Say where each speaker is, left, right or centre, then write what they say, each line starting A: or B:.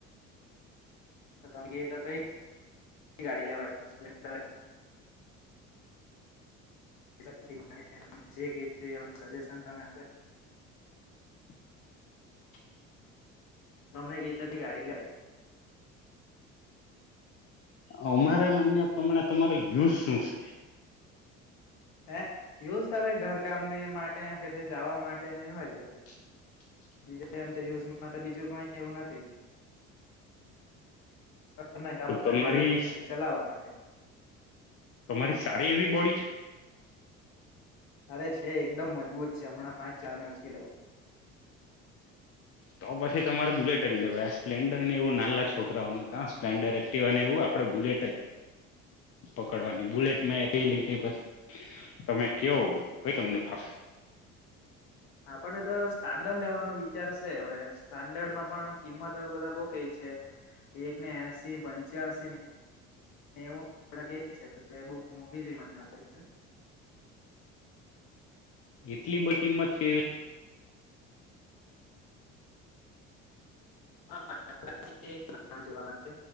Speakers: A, on the left; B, on the left.
A: કે તો કઈ ગાડી લેવાય? સ્પ્ન્ડ <inaudible> જે કેય તે સજેશન મને આપે.
B: <unintelligible>
A: તમે ક્યાંથી ગાડી લાવ્યા?
B: અમારા માન્ય પ્રમાણે તમારો યુઝ શું છે?
A: હે એવું જ તમે ઘરકામ માટે કે જવા માટે ને એવા જ વળી.
B: <unintelligible>
A: બીજા એમ તો યુઝમાં બીજું કઈ એવું નથી. ઘર ના કામ
B: તો
A: માટે
B: તમારી
A: જોઈએ છે ને ચલાવવા માટે.
B: તમારી સારી એવી બોડી છે.
A: અરે, છે એકદમ મજબૂત છે. હમણાં પાંચ હજાર ને ઓછી લેવો.
B: તો પછી તમારે બુલેટ જ લેવાય. આ સ્પ્લેન્ડર ને એવું નાલા છોકરાઓનું. સ્પ્લેન્ડર, એક્ટિવ અને એવું, આપણે બુલેટ જ. પકડવાની બુલેટમાં કંઈ લઈ તે પછી તમે કેવો, કંઈ તમને ફાવે.
A: આપણને તો સ્ટાન્ડર્ડ લેવાનો વિચાર સે હવે. સ્ટાન્ડર્ડ માં પણ કિંમત હવે બધા બઉ કંઈ છે. એકને એસી, પંચ્યાસી ને. એવું કે છે, એટલે કે મૂકી જો મને લાગે છે.
B: <unintelligible> એટલી બહુ કિંમત કહેવાય.
A: હા, જોવા માટે